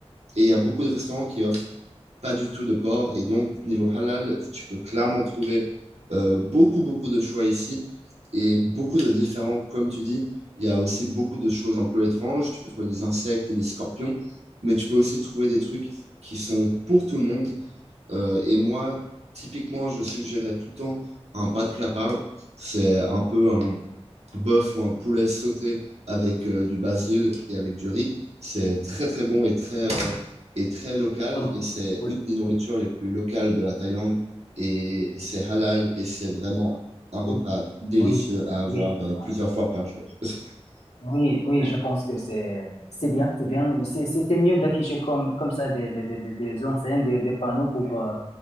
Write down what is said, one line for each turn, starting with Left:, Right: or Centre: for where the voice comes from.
Right: Et il y a beaucoup de restaurants qui offrent pas du tout de porc. Et donc, niveau halal, tu peux clairement trouver euh, beaucoup, beaucoup de choix ici et beaucoup de différents, comme tu dis. Il y a aussi beaucoup de choses un peu étranges. Tu peux trouver des insectes et des scorpions, mais tu peux aussi trouver des trucs qui sont pour tout le monde. Euh, et moi, typiquement, je suggérais tout le temps un pas de C'est un peu un, bœuf ou un poulet sauté avec euh, du basil et avec du riz. C'est très très bon et très, euh, et très local
Left: Oh,
Right: et c'est
Left: Oui,
Right: une des nourritures les plus locales de la Thaïlande et c'est halal et c'est vraiment un repas
Left: oui,
Right: délicieux
Left: oui,
Right: à avoir
Left: oui, je
Right: euh,
Left: vois.
Right: plusieurs fois par jour. <laughs>
Left: oui, oui, je pense que c'est c'est bien, c'est bien, c'est c'est c'est mieux d'afficher comme comme ça des des des des des enseignes, des des panneaux pour euh,